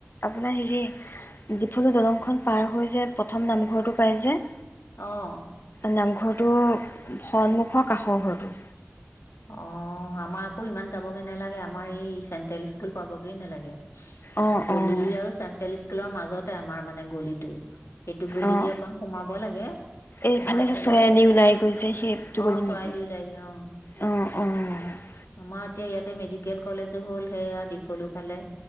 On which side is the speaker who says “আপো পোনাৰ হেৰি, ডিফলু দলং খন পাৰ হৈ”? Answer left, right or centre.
Left